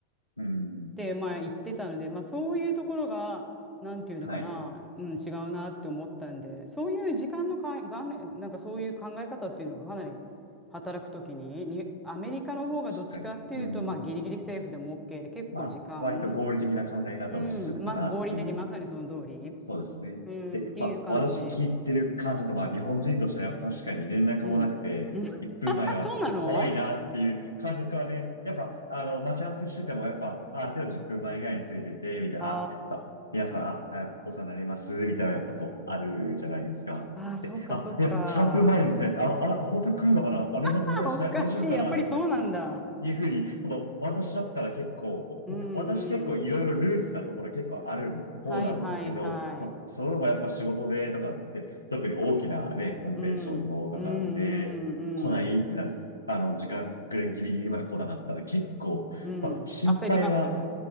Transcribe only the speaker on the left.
うん。
はい。
確かに。うん。
まあ、割と合理的な考え方をするかなっていう。
そうですね。
で、
まあ、私聞いてる感じだと、まあ、日本人としてはやっぱ確かに連絡もなくて、
1分前だからちょっと怖いなっていう感覚はね、
やっぱ、あの、待ち合わせしてても、やっぱ、あ、手を10分前ぐらいについてて、みたいな、
あ、やっぱ皆さん、あ、
あお世話になります、みたいな、やっぱこう、あるじゃないですか。
で、あ、いや、3分前にも来ないって、あ、あ、本当に来るのかなあ、連絡もないし、
だ大丈夫かななんて、
ちょっというふうに、その、私だったら結構、
もう私結構いろいろルーズなところ結構ある方なんですけど、
まあ、それもやっぱ仕事でとかで、特に大きなね、コンベンションのとかで来ないってなる、
あの、時間くらいギリギリまで来なかったら結構、
まあ、心配は、